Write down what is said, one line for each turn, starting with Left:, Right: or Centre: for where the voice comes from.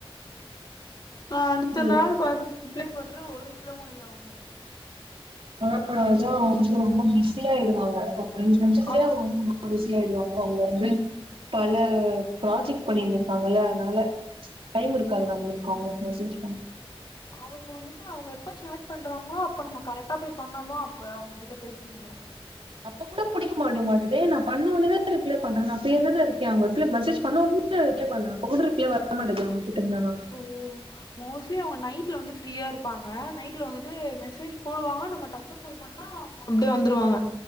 Left: நா அடுத்த
Right: புரியல
Left: நாள் பாத்து ரிப்ளை பன்றே ஒரு ரிப்ளவும் இல்ல அவுங்க
Right: ஆ அதா அவங் வந்து ரொம்ப பிஸியா ஆய்டுவாங்க ஒரு ரெண்டு நிமிஷத்துலயே
Left: அவ
Right: அவுங்க <inaudible> ருசி ஆயிடுவாங்க அவுங்க வந்து பல ப்ராஜெக்ட் பண்ணியிருந்திருக்காங்கல்ல அதனால டைம் இருக்காது நம்மளுக்கு அவுங்களுக்கு மெசேஜ் பண்
Left: அவுங்க வந்துட்டு அவுங்க எப்ப சேட் பண்றாங்களோ அப்ப நம்ம கரெக்டா போய் பண்ணாதா அப்ப அவுங்க கிட்ட பேச முடியு
Right: அப்ப கூட புடிக்க மடி மாட்டுதே நான் பண்ண உடனே ரிப்ளை பண்றே நான் பிரீயா தானே இருக்கே அவுங்க மெசேஜ் பண்ண ஒட் ரிப்ளை பண்ணே அப்ப கூட ரிப்ளை வர மாட்டேது அவுங்ககிட்ட இருந்து ஆனா
Left: ஓ மோஸ்ட்லி அவுங்க நைட்ல வந்து ஃப்ரீயா இருப்பாங்க நைட்ல வந்துட்டு மெசேஜ் போடுவாங்க நம்ம டக்குன்னு போய் பண்ணா அப்டியே வந்துருவாங்க